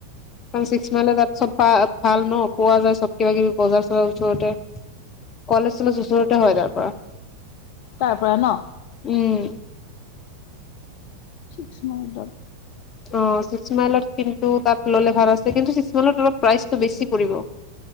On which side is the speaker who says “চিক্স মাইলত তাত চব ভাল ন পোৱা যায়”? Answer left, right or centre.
Left